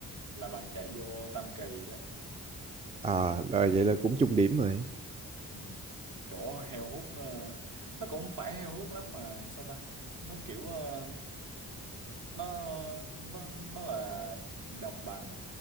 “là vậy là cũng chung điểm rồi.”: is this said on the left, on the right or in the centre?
Right